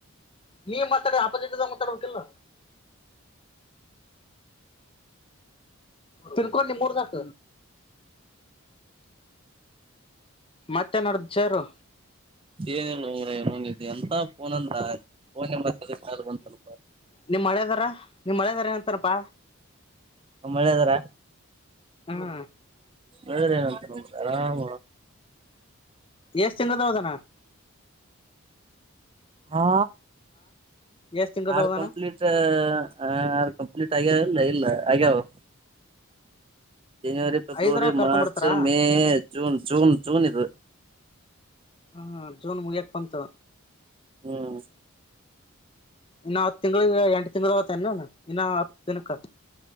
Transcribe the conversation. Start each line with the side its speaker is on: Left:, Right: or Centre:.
Left: ನಿನ ಮಾತಾಡಿದ್ರ ಅಪೌಸಿಟ ದವ ಮಾಡಾಬೇಕಿಲ್ಲ ತಿರ್ಕಲ್ಲಿ ಮೂರದಾಕ ಮತ್ತೆನಡ್ದ ಚೆರು
Right: ಏನ ಇಲ್ಲೂ ಮಾರಾಯ ಎಂತ ಫೋನ್ ಅಂದ್ರ ಫೋನ್ಯಾಗ ಮಾತಾಡೋ ಕಾಲ ಬಂತಲ್ಲ ಪಾ
Left: ನಿಮ್ ಹಳೆದಾರ ನಿಮ್ ಮಳೆದಾರ ಎಂತಾರಪ್ಪಾ
Right: ಒಳ್ಳೆದಾರ
Left: ಹ್ಮ
Right: ಹೇಳ್ರ ಏನಂತ ನಮ ಆರಾಮ
Left: ಎಷ್ಟ ತಿನ್ನದಾವದಾನ
Right: ಹಾ
Left: ಎಷ್ಟ್ ತಿಂಗದ
Right: ಆರ್
Left: ಹೋದಾನ
Right: ಕಂಪ್ಲೀಟ್ ಆರ್ ಕಂಪ್ಲೀಟ್ ಆಗ್ಯಾ ಇಲ್ಲ ಇಲ್ಲ ಹಾಗ್ಯವು ಜನವರಿ ಪೆಬ್ರವರಿ
Left: ಐದರ ಕರ್ಕೊಂಡ್
Right: ಮಾರ್ಚ್
Left: ಬರ್ತಾರ
Right: ಮೇ ಜೂನ್ ಜೂನ್ ಜೂನ್ ಇದು
Left: ಹಾ ಜೂನ್ ಮುಗ್ಯಾಕ್ ಬಂತು
Right: ಹ್ಮ್
Left: ಇನ್ನು ಹತ್ತ ತಿಂಗಳಗ ಎಂಟ ತಿಂಗ್ಳ ಆತ್ತ ನು ಇನ್ನ ಹತ್ ದಿನಕ್ಕ